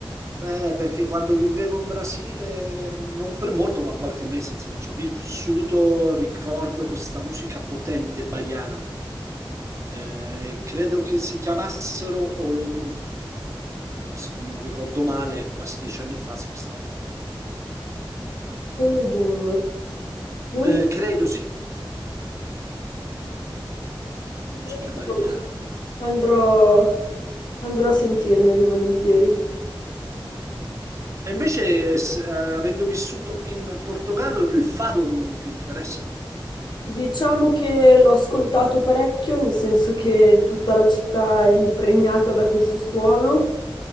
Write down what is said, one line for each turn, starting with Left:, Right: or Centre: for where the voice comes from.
Right: Eh, perché quando vivevo in Brasile, non per molto, ma qualche mese, insomma, ci ho vissuto, ricordo questa musica potente baiana. Eh, credo che si chiamassero Olodum. Ora, se non ricordo male, quasi dieci anni fa sono stato.
Left: Olodum, non
Right: Eh,
Left: li,
Right: credo sì, musica
Left: non li
Right: baiana.
Left: conosco. Andrò, andrò a sentirmeli volentieri.
Right: Mm. E invece, eh, s- eh, avendo vissuto in Portogallo, il fado non ti interessa?
Left: Diciamo che l'ho ascoltato parecchio, nel senso che tutta la città è impregnata da questo suono